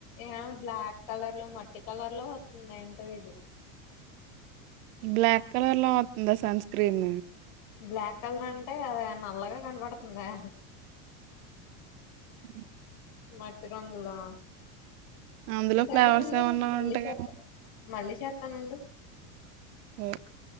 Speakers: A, on the left; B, on the right.
A: ఏ బ్లాక్ కలర్ లో మట్ ఈ కలర్ లో వతుందో ఏంటో ఇది
B: బ్లాక్ కలర్ లో అవుతుందా సన్ స్క్రీన్
A: బ్లాక్ కలర్ అంటే అదే నల్లగా కనపడుతుందా
B: అ
A: మట్టిరంగులా
B: అందులో
A: సరే
B: ఫ్లేవర్స్
A: ఉండు
B: ఏమన్నా
A: మళ్ళీ
B: ఉంటాయేమో
A: చేతా మళ్ళీ చేతాను ఉండు
B: ఆ